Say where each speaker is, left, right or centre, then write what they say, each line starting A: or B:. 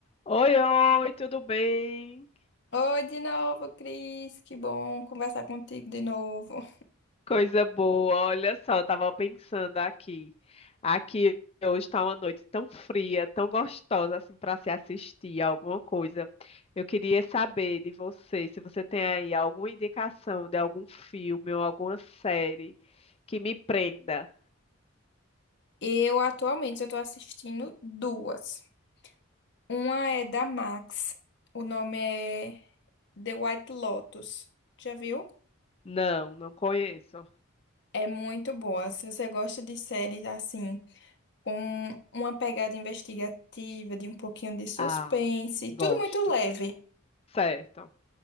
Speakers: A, on the left (about 30°); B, on the left (about 55°).
A: Oi, oi, tudo bem?
B: Oi de novo, Cris. Que bom conversar contigo de novo.
A: Coisa boa. Olha só, eu tava pensando aqui. Aqui hoje tá uma noite tão fria, tão gostosa assim para se assistir alguma coisa. Eu queria saber de você, se você tem aí alguma indicação de algum filme ou alguma série que me prenda.
B: Eu atualmente eu tô assistindo duas. Uma é da Max. O nome é The White Lotus. Já viu?
A: Não, não conheço.
B: É muito boa. Se você gosta de séries assim, com uma pegada investigativa, de um pouquinho de suspense,
A: Ah, gosto.
B: tudo muito leve.
A: Certo.